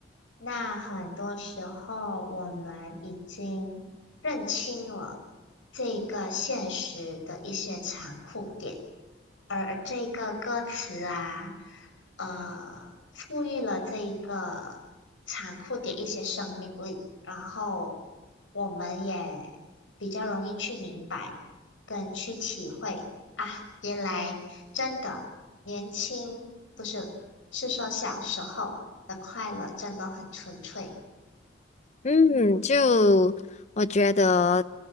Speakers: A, on the left (about 85°); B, on the left (about 35°).
A: 那很多时候我们已经认清了这个现实的一些残酷点。而这个歌词啊，呃，赋予了这一个残酷的一些生命力，然后我们也比较容易去明白跟去体会啊，原来真的年轻不是，是说小时候的快乐真的很纯粹。
B: 嗯，就我觉得